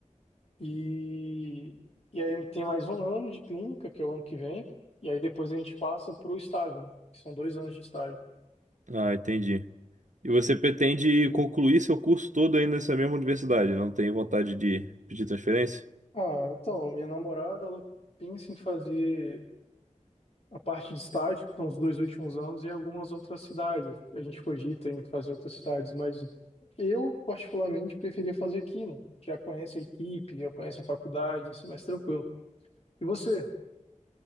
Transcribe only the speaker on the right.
Ah, entendi. E você pretende concluir seu curso todo aí nessa mesma universidade? Não tem vontade de pedir transferência?